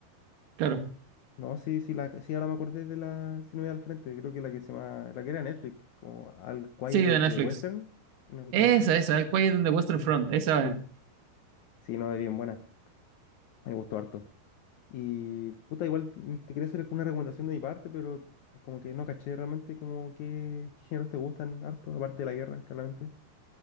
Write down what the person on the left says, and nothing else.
No, sí, sí, la, sí, ahora me acordé de la, si no voy al frente, creo que la que se llama, la que era Netflix, como Al Quiet
on
the Western, una cuestión
así.
Sí, sí, no, es bien buena, me gustó harto. Y, puta, igual mm, te quería hacer una recomendación de mi parte, pero como que no caché realmente como qué, qué géneros te gustan harto, aparte de la guerra, claramente.